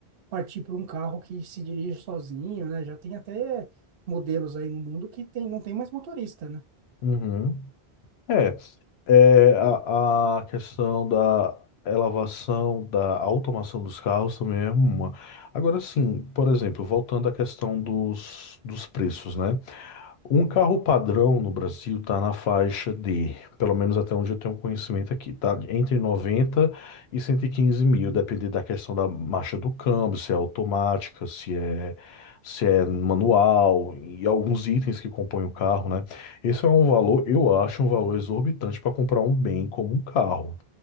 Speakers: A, on the right; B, on the left.
A: partir para um carro que se dirige sozinho, né? Já tem até modelos aí no mundo que tem, não tem mais motorista, né?
B: Uhum. É, é a, a questão da elevação, da automação dos carros também é uma. Agora sim, por exemplo, voltando à questão dos, dos preços, né? Um carro padrão no Brasil está na faixa de, pelo menos até onde eu tenho conhecimento aqui, tá? Entre 90 e 115 mil, depende da questão da marcha do câmbio, se é automática, se é, se é manual e alguns itens que compõem o carro, né? Esse é um valor, eu acho, um valor exorbitante para comprar um bem como um carro.